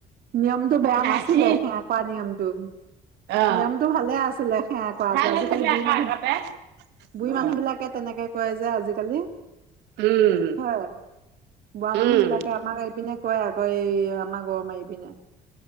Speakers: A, on the right (about 60°); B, on the right (about 90°).
A: নিয়মতটো বেয়া
B: হাঁহি
A: নাছিলে সেৱাৰা কৰা নিয়মটো
B: অ
A: নিয়মটো ভালে আছিলে সেৱা কৰাটো
B: ভাল
A: আজিকালি
B: আছিলে
A: বুঢ়ী
B: আকৌ
A: মানুহ
B: আগতে
A: বুঢ়ী
B: অ
A: মানুহ বিলাকে তেনেকে কয় যে আজিকালি
B: উম
A: হয় বোৱা মানুহ
B: উম
A: বিলাকে আমাক এই পিনে কয় আকৌ এই আমাৰ গৰু মাৰি পিনে